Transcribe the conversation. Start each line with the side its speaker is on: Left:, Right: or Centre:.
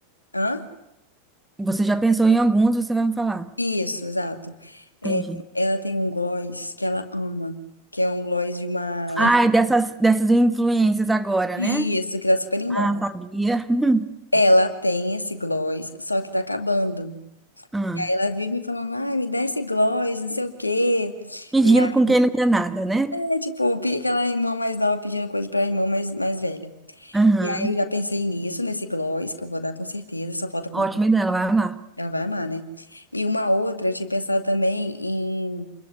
Left: Hã?
Centre: Você já pensou em alguns, você vai me falar.
Left: Isso, exato. É,
Centre: Entendi.
Left: ela tem um gloss que ela ama, que é um gloss de uma...
Centre: Ai, dessas, dessas influências agora,
Left: Isso,
Centre: né?
Left: que tá super em
Centre: Ah,
Left: moda.
Centre: sabia. <laughs>
Left: Ela tem esse gloss, só que tá acabando.
Centre: Hum, ah.
Left: E aí ela vive me falando, ai, me dá esse gloss, não sei o quê.
Centre: Fingindo
Left: E aí,
Centre: com quem não quer nada, né?
Left: é, tipo, pi- aquela irmã mais nova pedindo coisa pra irmã mais, mais velha.
Centre: Aham.
Left: E aí eu já pensei nisso, nesse gloss, que eu vou dar com certeza, só falta comprar.
Centre: Ótima ideia, ela vai amar.
Left: Ela vai amar, né? E uma outra, eu tinha pensado também em